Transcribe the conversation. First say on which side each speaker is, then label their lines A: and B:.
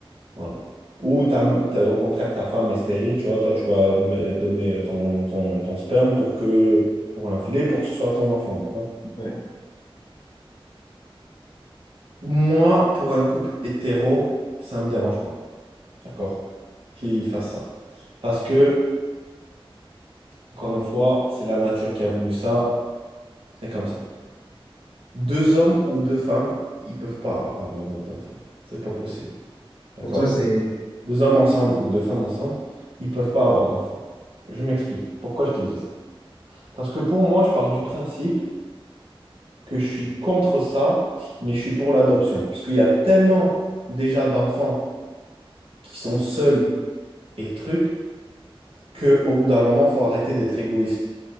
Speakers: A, on the right; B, on the left.
A: Voilà. Ou ta- ta- au contraire, ta femme est stérile, tu vois, toi, tu vas me- donner ton, ton, ton sperme pour que, pour l'infiler, pour que ce soit ton enfant, d'accord?
B: Ouais.
A: Moi, pour un couple hétéro, ça me dérange pas, d'accord? Qu'il fasse ça. Parce que, encore une fois, c'est la nature qui a voulu ça, c'est comme ça. Deux hommes ou deux femmes, ils peuvent pas avoir d'enfants. C'est pas possible, d'accord?
B: Pour toi, c'est.
A: Deux hommes ensemble ou deux femmes ensemble, ils peuvent pas avoir d'enfants. Je m'explique. Pourquoi je te dis ça? Parce que pour moi, je pars du principe que je suis contre ça, mais je suis pour l'adoption. Parce qu'il y a tellement déjà d'enfants qui sont seuls et trucs qu'au bout d'un moment, il faut arrêter d'être égoïste.